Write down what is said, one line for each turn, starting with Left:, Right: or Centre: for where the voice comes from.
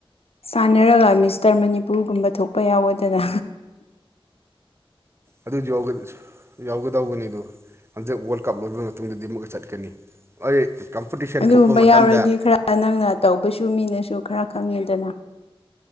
Left: ꯁꯥꯟꯅꯔꯒ ꯃꯤꯁꯇꯔ ꯃꯅꯤꯄꯨꯔꯒꯨꯝꯕ ꯊꯣꯛꯄ ꯌꯥꯎꯋꯣꯗꯅ
Right: ꯑꯗꯨꯖ ꯌꯥꯎꯒ ꯌꯥꯎꯒꯗꯧꯕꯅꯤꯗꯨ ꯍꯟꯗꯛ ꯋꯥꯔꯜ ꯀꯞ ꯂꯣꯏꯕ ꯃꯇꯨꯡꯗꯗꯤ ꯑꯃꯨꯛꯀ ꯆꯠꯀꯅꯤ ꯑꯩ ꯀꯝꯄꯇꯤꯁꯟ
Left: ꯑꯗꯨꯒꯨꯝꯕ
Right: ꯊꯣꯛꯄ ꯃꯇꯝꯗ
Left: ꯌꯥꯎꯔꯗꯤ ꯈꯔ ꯅꯪꯅ ꯇꯧꯕꯁꯨ ꯃꯤꯅꯁꯨ ꯈꯔ ꯈꯪꯉꯦꯗꯅꯥ